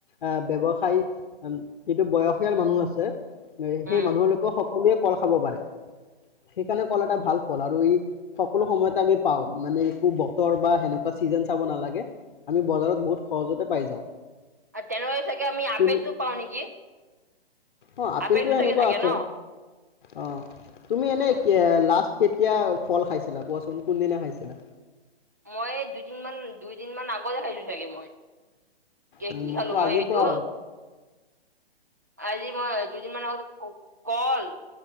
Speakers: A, on the left (about 50°); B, on the right (about 20°).
A: আহ ব্যৱসায় যিটো বয়সীয়াল মানুহ আছে,
B: উম।
A: সেই মানুহ লোকৰ সক কলোৱেই কল খাব পাৰে। সেইকাৰণে কল এটা ভাল ফল আৰু ই সকলো সময়তে আমি পাওঁ। মানে একো বতৰ বা সেনেকুৱা চিজন চাব নালাগে, আমি বজাৰত বহুত সহজতে পাই যাওঁ।
B: আৰু তেনেহ'লে চাগে আমি আপেলটো
A: তুমি-
B: পাওঁ নেকি!
A: অ, আপেলটো
B: আপেলো
A: এনেকুৱা
B: চাগে থাকে
A: আছে,
B: ন?
A: অ, তুমি
B: আচ্ছা।
A: এনে লাষ্ট কেতিয়া ফল খাইছিলা কোৱাচোন, কোনদিনা খাইছিলা?
B: মই দুইদিনমান-দুইদিনমান আগতে খাইছো চাগে মই! এই
A: উম,
B: কি
A: মোৰতো
B: খালো মই
A: আজিয়ে
B: হেইটো
A: খোৱা হ'ল।
B: আজি মই দুদিন মান আগত কল